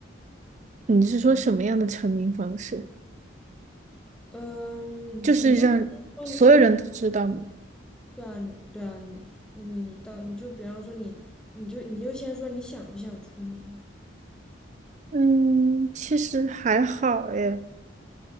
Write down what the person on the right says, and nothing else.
你是说什么样的成名方式？
就是让所有人都知道吗？
嗯，其实还好耶，